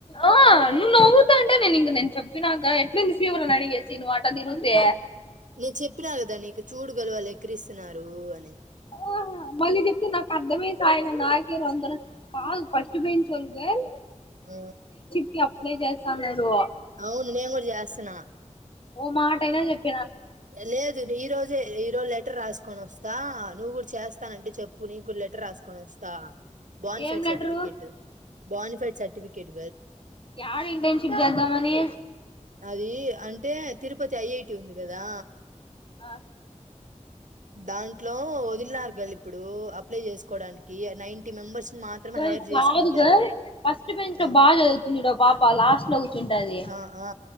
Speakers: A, on the left (about 45°); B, on the right (about 75°).
A: ఆ నువ్ నవవుతా అంటే నేను ఇంక నెను చెప్ ప్పినాంక ఎట్లుంది ఫీవర్ నడిగేసి అట్ట తిరిగితే
B: నేను చెప్పినా కదా నీకు చూడు గలు వాళ్ళు ఎక్కరిస్తున్నారు అని
A: ఆహా మళ్ళీ చెప్తే నాకు అర్ధమేసయలే నాకేరు అందర కాదు ఫస్ట్ బెంచ్చోళ గల్
B: అ
A: కి అప్లై చేస్తన్నారు
B: అవును నేను కూడా చేస్తున్నా
A: ఓ మాటైనా చెప్
B: ఎ లేదు ఈ రోజే ఈ రోజు లెటర్ రాసుకొని వస్తా నువ్వు కూడా చేస్తానంటే చెప్ పు నీకు లెటర్ రాసుకొని వస్తా బోన్
A: ఏం
B: fide
A: letter
B: certificate bona fide వెల్ సర్టిఫికెట్
A: యాడ ఇంటర్న్షిప్ చేద్దామని
B: అది అన్ ఏ తరుపతి ఐటి ఉంది కద దా
A: ఆ
B: దాంట్లో వదిలినారు కలి ఇప్పుడు అప్లై చేసుకోడానికి నైటీ మెంబర్స్ ని మాత్రమే
A: గర్ల్
B: హైర్ చేసుకుంటారు
A: కాదు గర్ల్ ఫస్ట్ బెంచ్ లో
B: ఆ
A: బాగా చదువుతుంది చూడు ఓ పాప లాస్ట్ లో కూర్చుంటది
B: ఆ ఆ